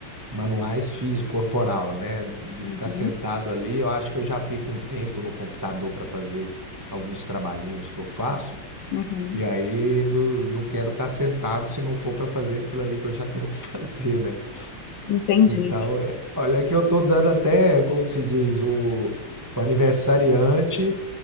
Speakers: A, on the right; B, on the left.
A: manuais físico corporal, né? De
B: Uhum,
A: ficar sentado ali, eu acho que eu já fico um tempo no computador para fazer alguns trabalhinhos que eu faço,
B: uhum.
A: e aí não, não quero estar sentado se não for para fazer aquilo ali que eu já tenho que <laughs> fazer, né?
B: Entendi.
A: Então, é- olha que eu tô dando até, como que se diz, o, o aniversariante,